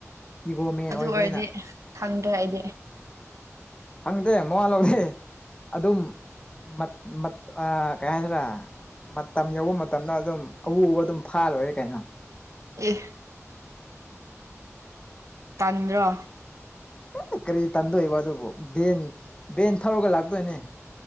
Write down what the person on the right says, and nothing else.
ꯑꯗꯨ
ꯑꯣꯢꯔꯗꯤ ꯈꯪꯗ꯭ꯔꯦ ꯑꯩꯗꯤ
ꯑꯦ ꯇꯟꯗ꯭ꯔꯣ